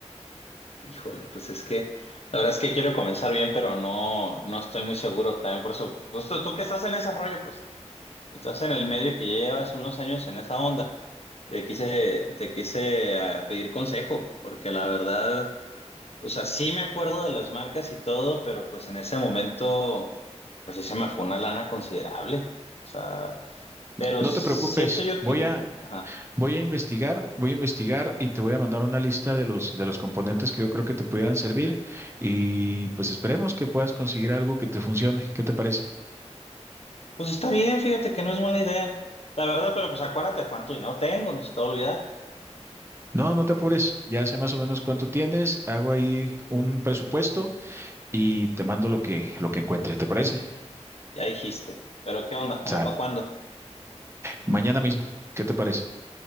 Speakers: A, on the left; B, on the right.
A: Híjole, pues es que la verdad es que quiero comenzar bien, pero no, no estoy muy seguro también. Por eso, pues tú, tú que estás en ese rollo, pues estás en el medio y que ya llevas unos años en esa onda. Te quise, te quise ah, pedir consejo, porque la verdad, o sea, sí me acuerdo de las marcas y todo, pero pues en ese momento, pues sí se me fue una lana considerable. O sea, pero
B: No
A: siento
B: te preocupes,
A: yo
B: voy
A: que igual,
B: a
A: ajá.
B: Voy a investigar, voy a investigar y te voy a mandar una lista de los de los componentes que yo creo que te pudieran servir y pues esperemos que puedas conseguir algo que te funcione. ¿Qué te parece?
A: Pues está bien, fíjate que no es mala idea. La verdad, pero pues acuérdate cuánto dinero tengo, no se te va a olvidar.
B: No, no te apures. Ya sé más o menos cuánto tienes, hago ahí un presupuesto y te mando lo que lo que encuentre, ¿te parece?
A: Ya dijiste. Pero ¿qué onda? ¿Cómo
B: Sal.
A: para cuándo?
B: Mañana mismo. ¿Qué te parece?